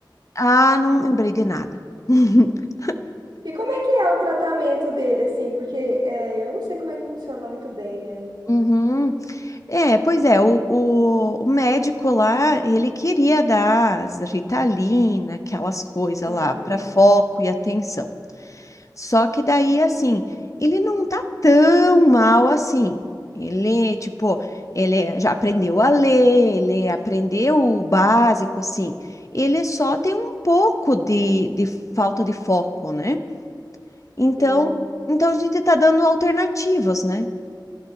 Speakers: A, on the left; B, on the right.
A: Ah, não lembrei de nada. <laughs>
B: E como é que é o tratamento dele, assim? Porque é, eu não sei como é que funciona muito bem, né?
A: Uhum. É, pois é, o, o, o médico lá, ele queria dar as Ritalina, aquelas coisas
B: Uhum,
A: lá, para foco e atenção. Só que daí, assim, ele não tá tão mal assim. Ele, tipo, ele já aprendeu a ler, ele aprendeu o básico, assim. Ele só tem um pouco de, de falta de foco, né? Então,
B: sim.
A: então a gente tá dando alternativas, né?